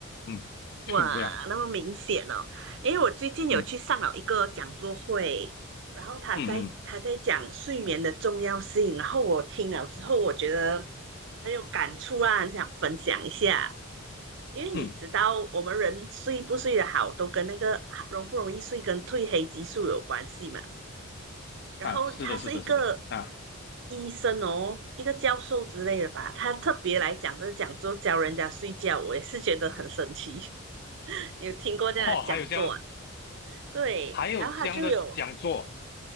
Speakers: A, on the left (about 45°); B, on the right (about 55°).
A: 嗯，<laughs>
B: 哇，
A: 就是这样。
B: 那么明显哦。因为我最近有去上了一个讲座会，
A: 嗯
B: 然后他在他在讲睡眠的重要性，
A: 嗯嗯
B: 然后我听了之后，我觉得很有感触啊，很想分享一下。因为你知道，
A: 嗯。
B: 我们人睡不睡得好，都跟那个容不容易睡跟褪黑激素有关系嘛。然后他是一个
A: 啊，是的，是的，是的，啊，
B: 医生哦，一个教授之类的吧，他特别来讲这个讲座教人家睡觉，我也是觉得很神奇。<laughs> 你有听过这样的讲座啊？
A: 哦，还有这样，
B: 对，
A: 还有这样的讲座，
B: 然后他就有